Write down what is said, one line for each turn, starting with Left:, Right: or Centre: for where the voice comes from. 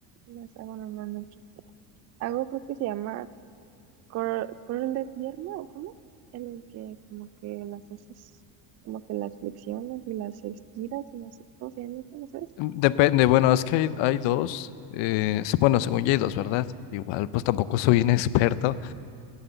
Right: las hago normalmente. Hago, creo que se llama cur- curl de pierna, ¿o cómo? En el que como que las haces, como que las flexiones y las estiras y no sé cómo se llama eso, ¿no sabes?
Left: Depende, bueno, es que hay, hay dos. eh, s- bueno, según yo hay dos, ¿verdad? Igual, pues tampoco soy inexperto